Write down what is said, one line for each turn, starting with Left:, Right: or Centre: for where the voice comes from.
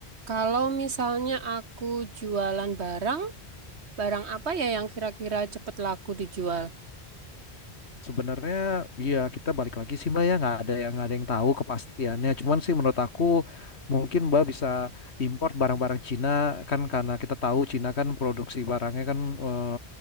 Right: Kalau misalnya aku jualan barang, barang apa ya yang kira-kira cepet laku dijual?
Left: Sebenarnya ya kita balik lagi sih Mbak ya nggak ada yang nggak ada yang tahu kepastiannya. Cuman sih menurut aku mungkin Mbak bisa import barang-barang Cina kan karena kita tahu Cina kan produksi barangnya kan eh,